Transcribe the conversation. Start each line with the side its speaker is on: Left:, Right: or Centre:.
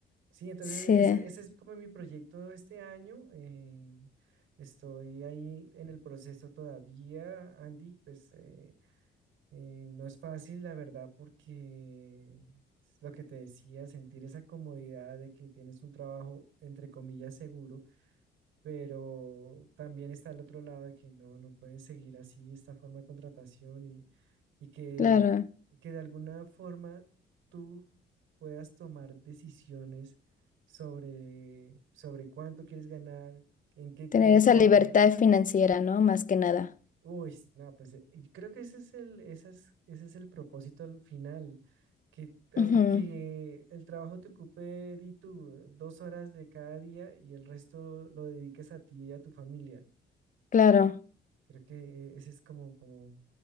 Right: Sí, entonces
Left: sí,
Right: ese, ese es como mi proyecto este año. eh, estoy ahí en el proceso todavía, Andy. Pues eh, eh, no es fácil, la verdad, porque es lo que te decía, sentir esa comodidad de que tienes un trabajo, entre comillas, seguro, pero también está el otro lado de que no, no pueden seguir así esta forma de contratación y, y que,
Left: claro.
Right: que de alguna forma tú puedas tomar decisiones sobre, sobre cuánto quieres ganar, en qué
Left: Tener
Right: quieres
Left: esa
Right: trabajar.
Left: libertad financiera, ¿no? Más que nada.
Right: Uy, no, pues eh, y creo que ese es el, ese es, ese es el propósito al final, que, al,
Left: Ujú,
Right: que el trabajo te ocupe, di tú, dos horas de cada día y el resto lo dediques a ti y a tu familia.
Left: Claro.
Right: Creo que e-, ese es como, como,